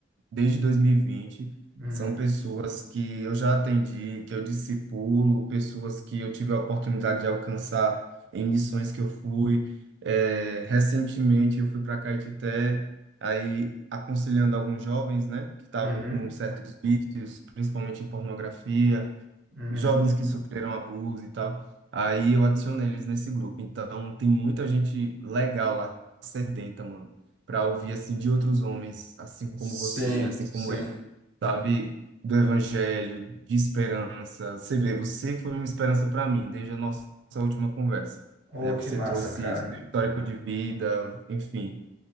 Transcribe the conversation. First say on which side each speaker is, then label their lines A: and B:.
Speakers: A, on the right; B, on the right.
A: desde 2020.
B: Uhum,
A: São pessoas que eu já atendi, que eu discipulo, pessoas que eu tive a oportunidade de alcançar em missões que eu fui. Eh, recentemente eu fui para Caetité, aí aconselhando alguns jovens, né, que estavam
B: uhum,
A: com certos vícios, principalmente em pornografia
B: uhum.
A: jovens que sofreram abuso e tal. Aí eu adicionei eles nesse grupo. Então tem muita gente legal lá, sedenta, mano, pra ouvir assim de outros homens, assim como
B: Sim,
A: você, assim
B: sim.
A: como eu, sabe? Do evangelho, de esperança. Você vê, você foi uma esperança pra mim desde a nossa última conversa,
B: Oh,
A: né? Você
B: que massa,
A: trouxe
B: cara.
A: seu histórico de vida, enfim.